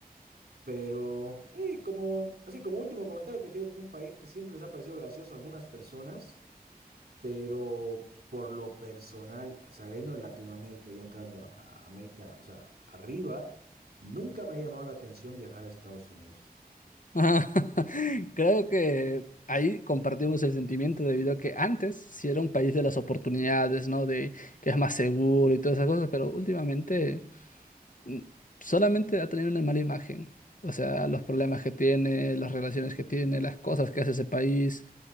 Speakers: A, on the right; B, on the left.
A: Pero sí, como, así como último comentario que te digo que un país que siempre les ha parecido gracioso a algunas personas, pero por lo personal, saliendo de Latinoamérica y entrando a, a América, o sea, arriba, nunca me ha llamado la atención viajar a Estados Unidos.
B: Ajá. <laughs> Creo que ahí compartimos el sentimiento debido a que antes sí era un país de las oportunidades, ¿no? De que es más seguro y todas esas cosas, pero últimamente mm, solamente ha tenido una mala imagen. O sea, los problemas que tiene, las relaciones que tiene, las cosas que hace ese país,